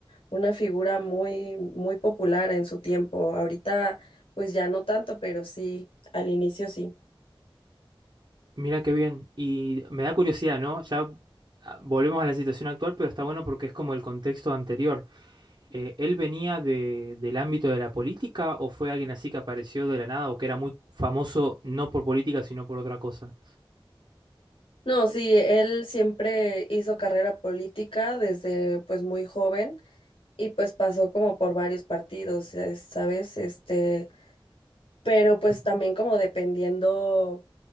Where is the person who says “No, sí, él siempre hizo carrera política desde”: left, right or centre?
Left